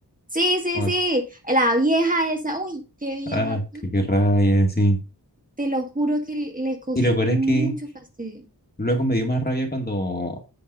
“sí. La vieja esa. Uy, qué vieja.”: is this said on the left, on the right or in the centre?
Right